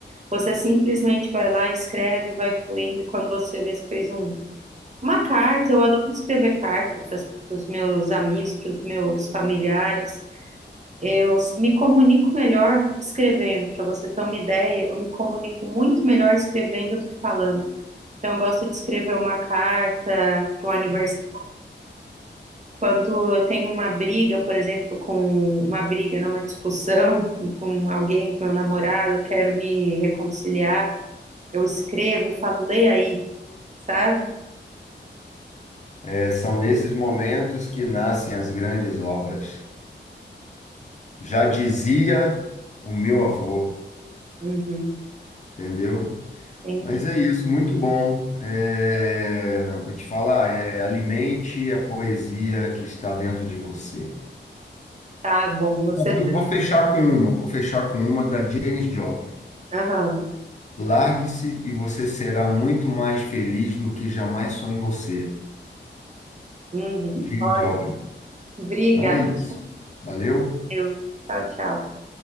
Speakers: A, on the right; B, on the left.
A: Você simplesmente vai lá, escreve, vai fluindo, e quando você vê, você fez um, uma carta. Eu adoro escrever carta para os meus amigos, para os meus familiares. Eu s- me comunico melhor escrevendo, para você ter uma ideia, eu me comunico muito melhor escrevendo do que falando. Então, eu gosto de escrever uma carta para o aniversário. Quando eu tenho uma briga, por exemplo, com uma briga, né, uma discussão <laughs> com alguém, com meu namorado, eu quero me reconciliar, eu escrevo, eu falo, lê aí, sabe?
B: É, são nesses momentos que nascem as grandes obras. Já dizia o meu avô,
A: Uhum.
B: entendeu?
A: Entendi.
B: Mas é isso, muito bom. É, vou te falar, é, alimente a poesia que está dentro de você.
A: Tá bom, você.
B: Eu Vou, vou fechar com uma, vou fechar com uma da Janis Joplin.
A: Aham.
B: Largue-se e você será muito mais feliz do que jamais sonhou ser.
A: Uhum.
B: Janis
A: Ótimo.
B: Joplin.
A: Obrigada.
B: Então é isso. Valeu.
A: Valeu. Tchau, tchau.